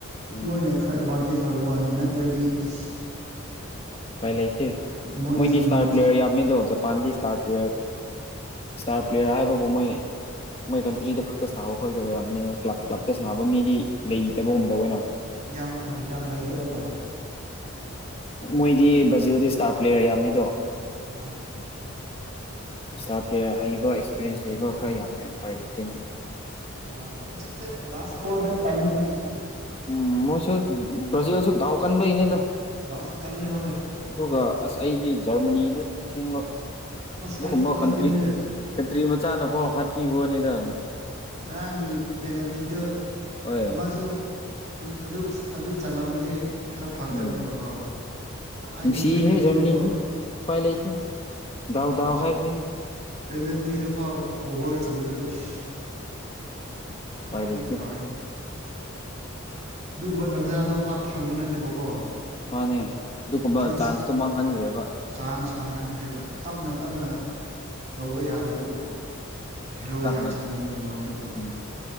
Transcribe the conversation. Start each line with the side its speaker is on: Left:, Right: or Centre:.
Left: ꯎꯝ
Right: ꯃꯣꯏꯅ ꯈꯔ ꯑꯦꯗꯕꯥꯥꯟꯇꯦꯖ ꯂꯧꯕ ꯋꯥꯅꯤ ꯅꯠꯇ꯭ꯔꯗꯤ ꯏꯁ
Left: ꯄꯥꯏꯂ ꯂꯩꯇꯦꯇꯦ
Right: ꯃꯣꯏꯅꯁꯨ
Left: ꯃꯣꯏꯗꯤ ꯁ꯭ꯇꯥꯔ
Right: ꯉꯝꯁꯨ
Left: ꯄ꯭ꯂꯦꯌꯔ ꯌꯥꯝꯃꯤꯗꯣ ꯖꯄꯥꯟꯗꯤ ꯁ꯭ꯇꯥꯔ ꯄ꯭ꯂꯦꯌꯔ ꯏꯁꯇꯥꯔ ꯄ꯭ꯂꯦꯌꯔ ꯍꯥꯏꯕꯕꯨ ꯃꯣꯏ ꯃꯣꯏ ꯀꯟꯇ꯭ꯔꯤꯗ ꯈꯛꯇ ꯁꯥꯕ ꯑꯩꯈꯣꯏꯗ ꯑꯣꯏꯔꯝꯕꯅꯤ ꯀ꯭ꯂꯕ ꯀ꯭ꯂꯞꯇ ꯁꯥꯅꯕ ꯃꯤꯗꯤ ꯂꯩꯇꯕꯒꯨꯝ ꯇꯧꯕꯅꯦ
Right: ꯌꯥꯝ ꯍꯣꯏ ꯌꯥꯝ ꯂꯩꯇꯕ ꯇꯧꯋꯦ
Left: ꯃꯣꯏꯗꯤ ꯕ꯭ꯔꯖꯤꯜꯗꯗꯤ ꯁ꯭ꯇꯥꯔ ꯄ꯭ꯂꯦꯌꯔ ꯌꯥꯝꯃꯤꯗꯣ
Right: ꯃꯥꯅꯤ
Left: ꯏꯁꯇꯥꯔ ꯄ꯭ꯂꯦꯌꯥꯔ ꯍꯩꯕ ꯑꯦꯛꯁꯄꯤꯔꯤꯌꯦꯟꯁ ꯂꯩꯕ ꯈꯔ ꯌꯥꯝꯃꯦ ꯎꯄꯥꯏ ꯂꯩꯇꯦꯅꯦ
Right: ꯃꯥꯅꯦ ꯈꯖꯤꯛꯇ ꯂꯥꯁ ꯑꯋꯥꯔꯗ ꯇꯝꯕꯒꯤ
Left: ꯎꯝ ꯃꯣꯏꯁꯨ ꯕ꯭ꯔꯥꯖꯤꯜꯁꯨ ꯗꯥꯎ ꯀꯟꯕꯩꯅꯤꯗ
Right: ꯗꯥꯎꯁꯨ ꯀꯜꯂꯦ ꯍꯣꯏ
Left: ꯑꯗꯨꯒ ꯑꯁ ꯑꯩꯗꯤ ꯖꯔꯃꯅꯤꯗ ꯊꯤꯡꯕ
Right: ꯑꯁ
Left: ꯑꯗꯨꯒꯨꯝꯕ
Right: ꯑꯩꯁꯨ ꯈꯜꯂꯤꯅꯦ
Left: ꯀꯟꯇ꯭ꯔꯤ꯫ ꯀꯟꯇ꯭ꯔꯤ ꯃꯆꯥꯅ ꯐꯥꯎ ꯍꯥꯠꯄꯕ ꯋꯥꯅꯦꯗ꯫
Right: ꯉꯔꯥꯡꯒꯤ ꯄꯦꯅꯥꯜꯇꯤꯗꫭ
Left: ꯍꯣꯏ
Right: ꯑꯃꯁꯨ ꯑ ꯑꯗꯨ ꯀꯁ ꯑꯗꯨ ꯆꯜꯂꯝꯑꯗꯤ ꯈꯔ ꯐꯒꯗꯕꯅꯦꯕꯀꯣ꯫
Left: ꯎꯝ
Right: ꯈ꯭ꯋꯥꯏꯗꯒꯤ
Left: ꯅꯨꯡꯁꯤꯍꯦ
Right: ꯄꯤꯅꯦꯜꯇꯤꯗꯀꯣ
Left: ꯖꯔꯃꯅꯤꯁꯨ ꯎꯄꯥꯏ ꯂꯩꯇꯦ
Right: <unintelligible>
Left: ꯗꯥꯎ ꯗꯥꯎ ꯍꯥꯏꯕꯗꯨꯅꯤ
Right: ꯄꯦꯅꯥꯜꯇꯤꯗ ꯐꯥꯎ ꯑꯣꯚꯔ ꯆꯟꯕꯗꯨ ꯎꯁ꯫
Left: ꯎꯄꯥꯏ
Right: ꯕꯦꯔꯥ
Left: ꯂꯩꯇꯦ
Right: ꯌꯥꯝ ꯀꯥꯏꯅꯦ꯫ ꯗꯨꯒꯨꯝꯕ ꯇꯥꯟꯖꯥꯗꯣ ꯄꯥꯛ ꯐꯪꯕ ꯅꯠꯇꯦꯕꯀꯣ꯫
Left: ꯃꯥꯅꯦ ꯑꯗꯨꯒꯨꯝꯕ
Right: ꯐꯤꯜꯁ
Left: ꯆꯥꯟꯁꯇꯣ ꯃꯥꯡꯍꯟꯈ꯭ꯔꯦꯕ꯫
Right: ꯆꯥꯟꯁ ꯃꯥꯡꯍꯟꯈ꯭ꯔꯤꯕ ꯇꯞꯅ-ꯇꯞꯅ ꯇꯧꯕ ꯌꯥꯕꯗꯨꯕꯨ꯫ ꯍꯦꯔꯣ
Left: ꯇꯞꯅ
Right: ꯌꯥꯝ ꯁꯥꯅꯤꯡꯕ ꯃꯑꯣꯡꯗ ꯇꯧꯔꯒ꯫
Left: ꯎꯝ